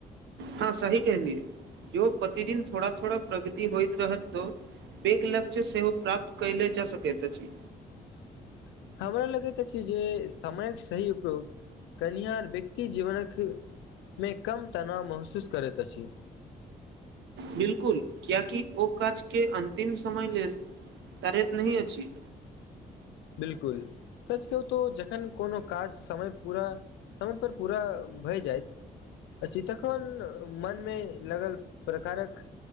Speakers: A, on the right (about 75°); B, on the left (about 80°).
A: हँ सही कहलिय जो प्रतिदिन थोड़ा थोड़ा प्रगति होइत रहत त पेघ लक्षय सेहो प्राप्त कइल जा सकत अछि
B: <unintelligible> हमरा लगैत अछि जे समयक सही उपयोग कनिहार व्यक्ति जीवनक मे कम तनाव महसूस करैत अछि
A: बिल्कुल कियाकि ओ काज के अन्तिम समय लेल तरैत नहि अछि
B: बिल्कुल सचकहु तो जखन कोनो काज समय पूरा समय पर पूरा भय जाइत अछि तखन मनमे लगल प्रकारक